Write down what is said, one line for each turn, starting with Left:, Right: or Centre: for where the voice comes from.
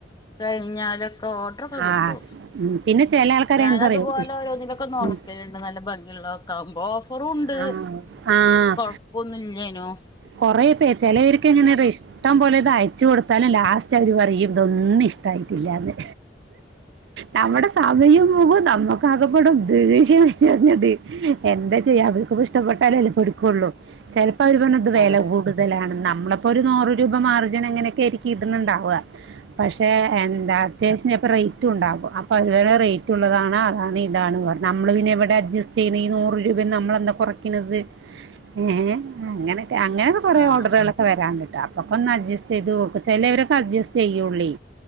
Left: കഴിഞ്ഞാലൊക്കെ ഓ ഡർ ഒക്കെ കിട്ടോ
Right: ആ ഉം. പിന്നെ ചില ആൾക്കാരെ
Left: ഞാനതുപോലെ
Right: എന്തറിയോ ഇഷ്-
Left: ഓരോന്നിലൊക്കെ നോക്കലിണ്ട്
Right: ഉം.
Left: നല്ല ഭംഗിള്ളത് ഒക്കെ ആവുമ്പോ ഓഫറും ഇണ്ട്
Right: ആ ആ
Left: കൊഴപ്പൊന്നും ഇല്യേനും
Right: കൊറേ പേര് ചെലവർക്ക് എങ്ങനെറിയോ ഇഷ് ഇഷ്ടം പോലെ ഇത് അയച്ചു കൊടുത്താലും ലാസ്റ്റ് അവര് പറയും ഇതൊന്നും ഇഷ്ടായിട്ടില്ലന്ന് നമ്മുടെ സമയം പോകും നമ്മക്ക് <unintelligible> എന്താ ചെയ്യാ അവൾക്ക് കൂടെ ഇഷ്ട്ടപ്പെട്ടാലല്ലേ പഠിക്കൊള്ളു ചെൽപ്പാെ അവര് പ അത് വെല
Left: അതെ
Right: കൂടുതലാണ് നമ്മളപ്പോ ഒരു നൂറ് രൂപ മാർജിൻ അങ്ങനെയൊക്കെ ആയിരിക്കും ഇടുന്നുണ്ടാവുക പക്ഷെ എന്താ അത്യാവശ്യത്തിനു അപ്പം റേറ്റ് ഉണ്ടാകും അപ്പോൾ അതുവരെ റേറ്റ് ഉള്ളതാണ് അതാണ് ഇതാണ് പറഞ്ഞുന്നത് നമ്മൾ പിന്നെ ഇവടെ അഡ്ജസ്റ്റ് ചെയ്യുന്നൈന്ന് നൂറ് രൂപ നമ്മളെന്താ കാെറക്ക്ന്നത് എങ്ങ്നെ എങ്ങ്നെ മിഞ്ഞാന്ന് അങ്ങനൊക്കെ കൊറേ
Left: ആഹ്
Right: ഓഡറുകളൊക്കെ ഇപ്പൊവെരാന്ട്ടാ അപ്പൊക്കാെന്ന് അഡ്ജസ്റ്റ് ചെയ്തോക്കും ചിലവരൊക്കെ അഡ്ജസ്റ്റ് ചെയ്യാെള്ളേ